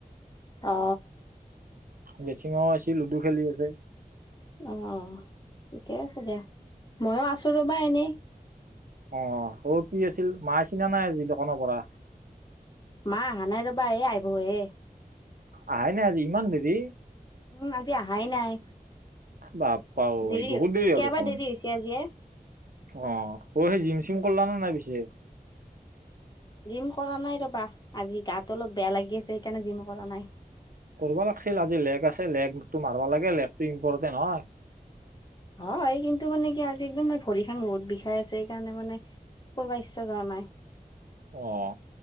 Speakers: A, on the left; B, on the right.
A: অ
B: জেঠিমাও আছে। লুডু খেলি আছে।
A: অ'ঠিকে আছে দিয়া। ময়ো আছো ৰ'বা এনেই।
B: অ'হ। অ' কি আছিল, মা আহিছিনা নাই আজি দোকানৰ পৰা?
A: মা অহা নাই ৰ'বা। এ আইহ ব এ।
B: আহাই নাই আজি। ইমান দেৰি?
A: উম। আজি অহাই নাই।
B: বাপ্পা ঐ
A: দেৰি
B: বহুত
A: হ-
B: হ'ল
A: কিয়বা
B: দেখোন
A: দেৰি হৈছে আজিয়ে।
B: অ' অ' হেই জিম -চিম কৰলানে নাই পিছে?
A: জিম কৰা নাই ৰবা। আজি গাত অলপ বেয়া লাগি আছে। সেইকাৰণে জিম কৰা নাই।
B: কৰবা লাগছিল। আজি লেগ আছে। লেগটো মাৰবা লাগে। লেগটো ইম্পৰ্টেন্ট হয়।
A: হয় কিন্তু মানে কি একদম ম ভৰি খান বহুত বিষাই আছে। এইকাৰণে মানে কৰ'বা ইচ্ছা যৱা নাই।
B: অহ।